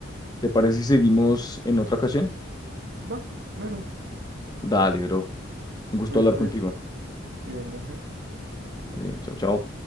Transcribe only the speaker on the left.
¿Te parece si seguimos en otra ocasión?
Dale, bro, un gusto
hablar contigo.
Dale, chao, chao.